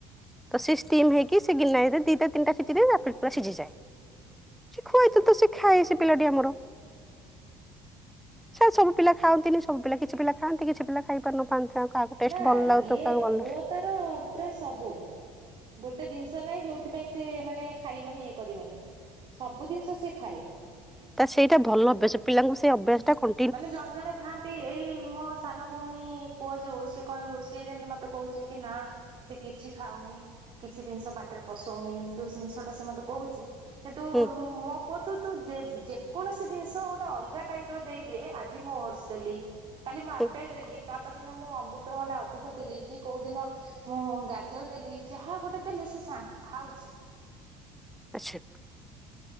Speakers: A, in the centre; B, on the right.
A: ତ ସେ ଷ୍ଟିମ ହେଇକି ସେ ଗିନା ହେଇ ଦିଟା ତିନଟା ସିଟିରେ ତାପରେ ପୁରା ସିଝିଯାଏ ସେ ଖୁଆଇଥିଲୁ ତ ସେ ଖାଏ ସେ ପିଲାଟି ଆମର ସେ ସବୁ ପିଲା ଖାଆନ୍ତିନି ସବୁ ପିଲା କିଛି ପିଲା ଖାନ୍ତି କିଛି ପିଲା ଖାଇ ପାରୁନଥାନ୍ତି ତାଙ୍କ ତାକୁ ଟେଷ୍ଟ
B: ନା
A: ଭଲ ଲାଗୁ
B: ଇଏ
A: ତ କାହାକୁ ଭଲ
B: ପୁଅ ତାର ପୁରା ସବୁ ଗୋଟେ ଜିନିଷ ନହିଁ ଯୋଉଥିପାଇଁ ସେି ମାନେ ଖାଇବନି ଇଏ କରିବନି ସବୁ ଜିନିଷ ସି ଖାଏ
A: ତା ସେଇଟା ଭଲ ଅଭ୍ୟାସ ପିଲାଙ୍କୁ ସେଇ ଅଭ୍ୟାସ ଟା କ
B: ମାନେ ଜଣେ ଜଣେ ଥାଆନ୍ତି ଏଇ ମୋ ସାନ ଭଉଣୀ ପୁଅ ଯୋଉ ସିଏ କହିବ ସିଏ ଯେମିତି ମତେ କହୁଛି କି ନା ସେ କିଛି ଖାଉନି କିଛି ଜିନିଷ ପାଟିରେ ପଶଉନି ଯୋଉ ଜିନିଷ ଟା ସେ ମତେ କହୁଛି କିନ୍ତୁ
A: ହୁଁ
B: ମୋ ପୁଅ ତୁ ତୁ ଯେ ଯେକୌଣସି ଜିନିଷ ଗୋଟେ ଅଲଗା ଟାଇପ ର ଦେଇ ଆଜି ମୁଁ ଓଟସ ଦେଲି କାଲି ମୁଁ ଆପେଲ
A: ହୁଁ
B: ଦେଲି ତାପର ଦିନ ମୁଁ ଅମୃତଭଣ୍ଡା ଅଧିକ ଦେଲି କି କୋଉଦିନ ମୁଁ ଗାଜର ଦେଲି ଯାହା ଗୋଟେ ଦେଲି ସେ ସା ଖାଉଛି
A: ଆଚ୍ଛା